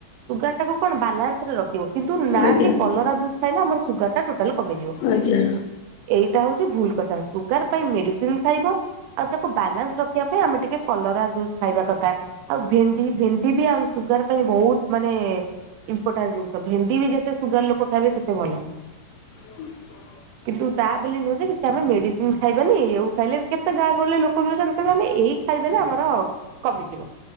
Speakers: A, on the right; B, on the left.
A: ସୁଗାରଟା କୁ କଣ ବାଲାନ୍ସ ରେ ରଖିବ। କିନ୍ତୁ ନା
B: ଆଜ୍ଞା
A: କି କଲରା ଜୁସ୍ ଖାଇଲେ ଆମର ସୁଗାରଟା ଟୋଟାଲ୍ କମିଯିବ।
B: ଆଜ୍ଞା।
A: ଏଇଟା ହଉଛି ଭୁଲ୍ କଥା ସୁଗାର ପାଇଁ ମେଡ଼ିସିନ୍ ଖାଇବ ଆଉ ତାକୁ ବାଲାନ୍ସ ର ରଖିବା ପାଇଁ ଆମେ ଟିକେ କଲରା ଜୁସ୍ ଖାଇବା କଥା। ଆଉ ଭେଣ୍ଡି ଭେଣ୍ଡି ବି ଆମ ସୁଗାର ପାଇଁ ବହୁତ୍ ମାନେ ଇମ୍ପୋଟାଣ୍ଟ୍ ଜିନିଷ ଭେଣ୍ଡି ବି ଯେତେ ସୁଗାର ଲୋକ ଖାଇବେ ସେତେ ଭଲ।
B: <inaudible>
A: କିନ୍ତୁ ତା ବୋଲି ନୁହୁଁ ଯେ କିଛି ଆମେ ମେଡ଼ିସିନ୍ ଖାଇବାନି ଆଉ ଖାଇଲେ କେତେ ଗାଁ ଗହଲେ ଲୋକ ବି ଅଛନ୍ତି ତ ଆମେ ଏଇ ଖାଇଦେଲେ ଆମର କମିଯିବ।